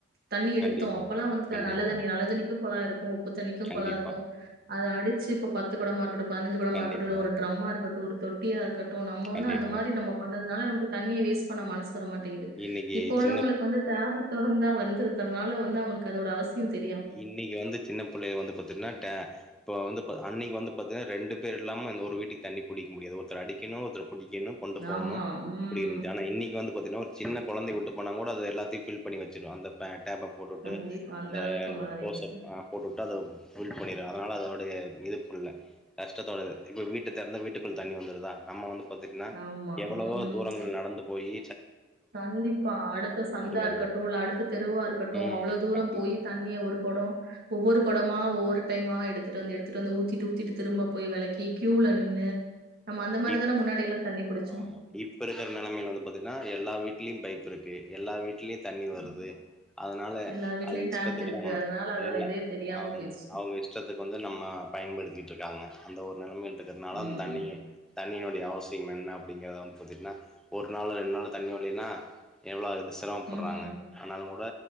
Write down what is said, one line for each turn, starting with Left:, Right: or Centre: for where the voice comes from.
Right: தண்ணி எடுத்தோ
Centre: கண்டிப்பா,
Right: அப்பல்லா வந்து
Centre: கண்டிப்பா,
Right: நல்ல தண்ணி நல்ல தண்ணிக்கும் குழாய் இருக் உப்புத் தண்ணிக்கு
Centre: கண்டிப்பா,
Right: கொழா இருக்கு அது அடுச்சு இப்ப பத்து கொடமா இருக்கட்டு பதனஞ்சு கொடமா
Centre: கண்டிப்பா,
Right: இருக்கட்டு இல்ல ஒரு டிரம்மா இருக்கட்டு தொட்டிய கட் ட்டு நம்ம வந்து
Centre: கண்டிப்பா.
Right: அந்த மாரி நம்மோ பண்ணறது அதனால நமக்கு தண்ணிய வேஸ்ட் பண்ண மனஸ் தர மாட்டேங்குது
Centre: இன்னைக்கு
Right: இப்போ உள்ளவங்களுக்கு
Centre: சின்ன
Right: வந்து டேபத் தொரந்தா வந்துருது அதனால வந்து அவங்களுக்கு அதோட அவசியோ தெர்
Centre: இன்னிக்கு வந்து சின்ன புள்ளைக வந்து பாத்தீங்கன்னா டே இப்ப வந்து அன்னிக்கு வந்து பாத்தீங்கன்னா ரெண்டு பேர் இல்லாம ஒரு வீட்டுக்கு தண்ணி புடிக்கு முடியாது ஒருத்தரு அடிக்கனு ஒருத்தருப் புடிக்கணு கொண்டு போகணு
Right: ஆமா ம்
Centre: இப்டின் இருந்தது ஆனா இன்னிக்கு வந்து போதின்னா ஒரு சின்ன கொழந்தை உட்டு போனாங் கூட அது எல்லாத்தையு ஃபில் பண்ணி வெச்சுரு அந்த பேட் <unintelligible> டேப்ப போட்டுட்டு
Right: கண்டிப்பா
Centre: அந்த
Right: அளவுக்கு மாறிடுச்சு
Centre: ஓஸ்ஸ போட்டுட்டா அத பண்ண அதனால அதோட இது கஷ்டத்தோட இப்ப வீட்ட தெரந்தா வீட்டுக்குள் தண்ணி வந்துருதா நம்ம வந்து பாத்தீங்கன்னா
Right: ஆமா
Centre: எவ்வளவோ
Right: ம்
Centre: தூரங்கள் நடந்து போயி
Right: கண்டிப்பா அடுத்த சந்தா
Centre: வருவோ
Right: இருக்கட்டு இல்ல அடுத்த தெருவா இருக்கட்டு
Centre: ம்
Right: அவ்வளோ தூரம்
Centre: அப்டின்ட்டு
Right: போய் தண்ணிய ஒரு கொடோ ஒவ்வொரு கொடமா ஒவ்வொரு டைமா எடுத்துட்டு வந்து எடுத்துட்டு வந்து ஊத்திட்டு ஊத்திட்டு திரும்பப் போய் வெளக்கி கியூல நின்னு நம்ம அந்த மாரிதான
Centre: இப்
Right: முன்னாடி எல்லா தண்ணி புடிச்சோம்
Centre: ஆமா இப்ப இருக்குற நெலமையில வந்து பாத்துட்டீன்னா எல்லா வீட்லயும் பைப் இருக்கு எல்லா வீட்லயு தண்ணி வருது
Right: ஆமா
Centre: அதனால
Right: எல்லார் வீட்லயும்
Centre: அது இஷ்டத்துக்கு
Right: டேங்க் இருக்கு
Centre: நம்ம
Right: அதனால அதோட
Centre: இல்ல
Right: இதே தெரியாம
Centre: அவங்
Right: போயிருச்சு
Centre: அவங்க இஷ்டத்துக்கு வந்து நம்ம பயன்படுத்திட்ருக்காங்க அந்த ஒரு நிலமையில் த்துறங்கனால
Right: ம்
Centre: அந் தண்ணிய தண்ணியோடைய அவசிய என்ன அப்டிங்கற வந்து பாத்தீட்னா ஒரு நாளோ ரெண்டு நாளோ தண்ணிவரலீனா எவ்ளோ சிரமப்படுறாங்க
Right: ம்
Centre: ஆனாலு கூட